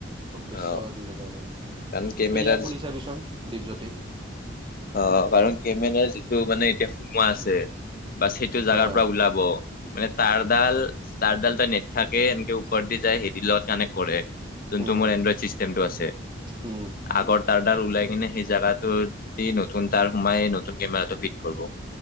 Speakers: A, on the right; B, on the left.
A: চৌব্বিশো
B: অ
A: দুই হেজাৰ মান। এই
B: কাৰণ কেমেৰাৰ
A: ইয়াক সুধি চাবিচোন দীপজ্যোতিক।
B: অ কাৰণ কেমেৰা যিটো মানে এতিয়া সোমোৱা আছে বাচ সেইটো জোগাৰ
A: অ'।
B: পৰা ওলাব। মানে তাঁৰ ডাল তাঁৰ ডাল ত নেট থাকে এনেকে ওপৰত দি যায় হেৰি লগত কনেক্ত কৰে। যোনটো
A: উম,
B: মোৰ এণ্ড্ৰইড চিষ্টেমটো আছে
A: উম,
B: আগত তাৰডাল ওলাই কিনে সেই জাগাটো দি নতুন তাৰ সোমাই নতুন কেমেৰাটো ফিট কৰব।